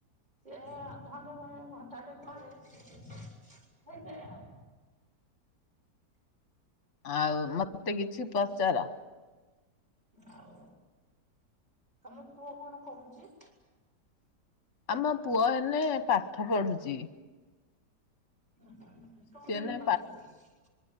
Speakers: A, on the right (about 25°); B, on the left (about 45°).
A: ସେ ଅଧ ଘଣ୍ଟା ଘଣ୍ଟାଟେ ପରେ ହେଇଯାଏ ଆଉ
B: ଆଉ ମତେ କିଛି ପଚାର?
A: ଆଉ ତମ ପୁଅ କଣ କରୁଛି?
B: ଆମ ପୁଅ ଏନେ ପାଠ ପଢୁଛି।
A: ଓ କୋଉଥିକି
B: ସିଏ ଏନେ
A: ପାଠ ପଢୁଛି?